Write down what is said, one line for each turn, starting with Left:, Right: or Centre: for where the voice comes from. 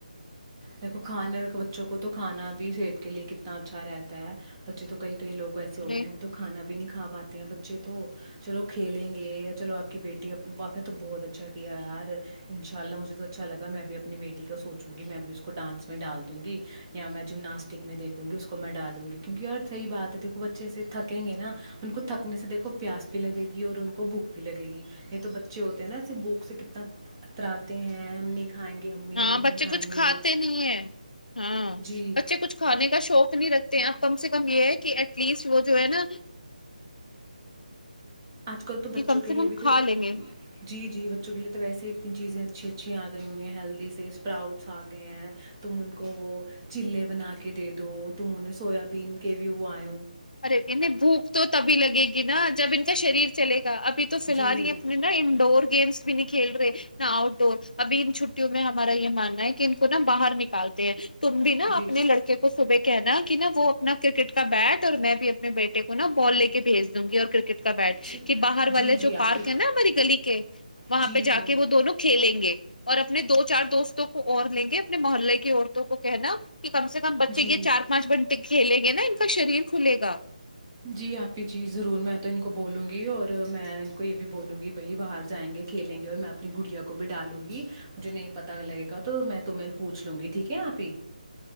Right: دیکھو کھانے بچوں کو تو کھانا بھی صحت کے لیے کتنا اچھا رہتا ہے بچے تو کئی لو ایسے ہوتے
Left: ارے
Right: ہیں وہ تو کھانا بھی نہیں کا پاتے بچے تو چلو کھیلیں گے یا چلو آپ کی بیٹی آاپ نے تو بہت اچھا کیا یار ان شاء اللہ مجھے تو اچھا لگا میں بھی اپنی بیٹی کا سوچوں گی میں بھی اس کو کو ڈانس میں ڈال دوں گی یا میں جمناسٹک میں دیکھوں گی اس کو میں ڈالوں گی کیونکہ اور صحیح بات ہے دھو بچے ای سےے تھکیں گے نا ان کو تھکنے سے دیکھو پیاس بھی لگے گی اور ان کو بھوک بھی لگے گی یہ تو بچے ہوتے ہیں نا بوک سے کتنا اتر آتے ہیں ہم نے کھائیں گے امی
Left: ہاں
Right: ہم نہیں
Left: بچے
Right: کھائیں
Left: کچھ کھاتے
Right: گے
Left: نہیں ہے ہاں
Right: جی
Left: بچے کچھ کھانے کا شوق نہیں رکھتے آپ کم سے کم یہ ہے کہ ایٹ لیسٹ وہ جو ہے نا
Right: آج کل تو بچوں
Left: کہ کم
Right: کے
Left: سے
Right: لیے
Left: کم
Right: بھی تو
Left: کھا لیں گے
Right: جی جی بچوں کے لیے تو ویسے ہی اتنی چیزیں اچھی اچھی آ گئی ہوئی ہیں ہیلدی سے اسپراؤٹس آ گئے ہیں تم ان کو وہ چلے بنا کے دے دو تمہوں نے سویابین کے بھی وہ آنے
Left: ارے انہیں بھوک تو تبھی لگے گی نا جب ان کا شریر چل گا اب تو فی
Right: جی
Left: الحال ہی اپنے نا انڈور گیمس بھی نہیں کھیل رہے نہا آؤٹ ڈور ابھی ان چھٹیوں میں ہمارا یہ ماننا ہے کہ ان کو نا باہر نکالتے ہیں تم بھی نا
Right: جی
Left: اپنے لڑکے کو صبح کہنا کہ نا وہ اپنا کرکٹ کا بیٹ اور میں بھی اپنے بیٹے کو نا بالے کے بھیج دوں گی اور کرکٹ کا بیٹ
Right: جی
Left: کہ باہر
Right: جی
Left: والے
Right: جی
Left: جو
Right: آپ
Left: پارک
Right: ہی
Left: ہے نا ہماری گلی کے وہاں
Right: جی
Left: پہ جا
Right: جی
Left: کے وہ دونوں کھیلیں گے اور اپنے دو چار دوستوں کو اور لیں گے اپنے محلے کی عورتوں کو کہنا کہ کم سے کم بچے
Right: جی
Left: یہ چار پانچ بنٹے کھیلے نا ان کا شریعر کھلے گا
Right: جی آپ ہی جی ضرور میں تو ان کو بولوں گی اور میں ان کو یہ بھی بولوں گی بھائی باہر جائیں گے کھیلیں گے اور میں اپنی گڑیا کو بھی ڈالوں گی مجھے نہیں پت لگے گا تو میں تمہیں پوچھ لوں گی ٹھیک ہے آپ ہی